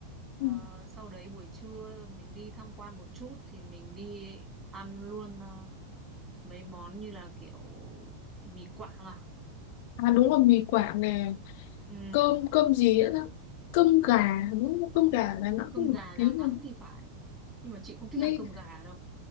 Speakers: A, on the right (about 20°); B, on the left (about 45°).
A: Ờ,
B: Ừ.
A: sau đấy buổi trưa mình đi tham quan một chút thì mình đi ăn luôn ờ, mấy món như là kiểu mì Quảng à
B: À đúng rồi mì Quảng nè
A: ừ.
B: cơm cơm gì nữa đó cơm gà đúng không? cơm gà là nó
A: cơm
B: cũng nổi
A: gà
B: tiếng
A: Đà Nẵng
B: rồi
A: thì phải nhưng mà chị không thích
B: mê
A: ăn cơm gà đâu